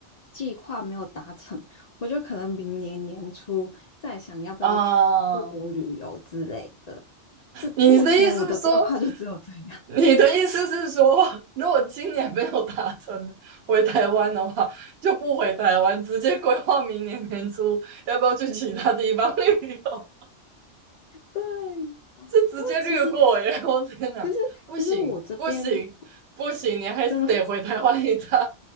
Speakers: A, on the left; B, on the right.
A: 计划没有达成，我就可能明年年初再想要不要去出国旅游之类的。
B: 嗯，
A: 这目前我的规划就只有这样。
B: 你的意思是说，你的意思是说，如果今年没有达成回台湾的话，就不回台湾，直接规划明年年初要不要去其他地方旅游，
A: 对，
B: 是直接略过耶！
A: 因为其实
B: 我天哪，
A: 其实其实我这边
B: 不行不行不行，你还是得回台湾一趟，
A: 真的